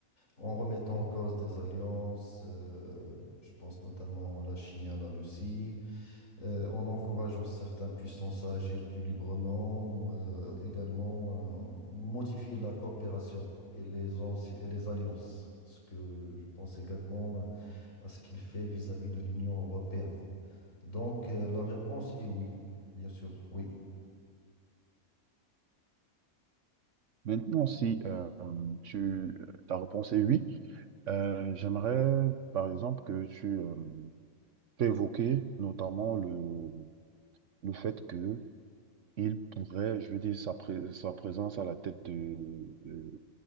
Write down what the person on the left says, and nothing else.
en remettant en cause des alliances, euh, je pense notamment à la Chine et à la Russie, euh, en encourageant certaines puissances à agir plus librement ou euh, également euh, modifier la coopération et les, anci- et les alliances. Ce que je pense également euh, à ce qu'il fait vis-à-vis de l'Union européenne. Donc, euh, la réponse est oui, bien sûr, oui.